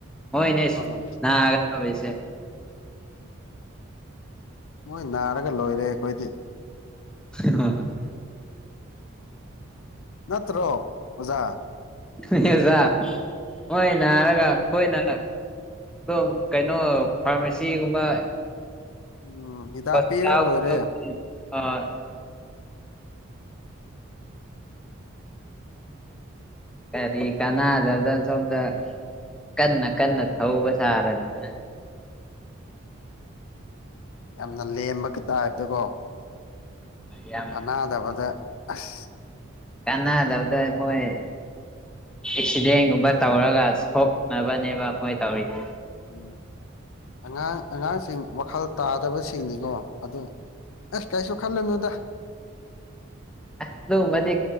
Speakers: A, in the centre; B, on the left (about 75°).
A: ꯍꯣꯏꯅꯦ <unintelligible>
B: ꯑꯥ <inaudible> ꯃꯣꯏ ꯅꯥꯔꯒ ꯂꯣꯏꯔꯦ ꯑꯩꯈꯣꯏꯗꯤ
A: <unintelligible>
B: ꯅꯠꯇ꯭ꯔꯣ ꯑꯣꯖꯥ
A: <unintelligible> ꯑꯣꯖꯥ ꯃꯣꯏ ꯅꯥꯔꯒ ꯑꯩꯈꯣꯏꯅ ꯑꯣ ꯀꯩꯅꯣ ꯐꯥꯔꯃꯥꯁꯤꯒꯨꯝꯕ
B: ꯎꯝ ꯍꯤꯗꯥꯛ
A: ꯍꯣꯁꯄꯤꯇꯥꯜ
B: ꯄꯤꯔ ꯂꯣꯏꯔꯦ
A: <unintelligible> ꯀꯔꯤ ꯀꯅꯥꯗꯅꯥ ꯁꯣꯝꯗ ꯀꯟꯅ ꯀꯟꯅ ꯊꯧꯕ ꯁꯥꯔꯗꯅꯥ
B: ꯌꯥꯝꯅ ꯂꯦꯝꯕꯀꯤ ꯇꯥꯏꯞ ꯇꯥꯀꯣ
A: ꯌꯥꯝ
B: ꯥꯀꯥꯅꯗꯕꯗ ꯑꯁ
A: ꯀꯥꯟꯅꯗꯕꯗ ꯃꯣꯏ ꯑꯦꯛꯁꯤꯗꯦꯟꯒꯨꯝꯕ ꯇꯧꯔꯒ ꯁꯣꯛꯅꯕꯅꯦꯕ ꯃꯣꯏ ꯇꯧꯔꯤꯁꯦ
B: ꯎꯝ ꯑꯉꯥꯡ ꯑꯉꯥꯡꯁꯤꯡ ꯋꯥꯈꯜ ꯇꯥꯗꯕꯁꯤꯡꯅꯤꯀꯣ ꯑꯗꯨ ꯑꯁ ꯀꯩꯁꯨ ꯈꯜꯂꯨꯅꯨꯗ
A: ꯑꯗꯨꯃꯗꯤ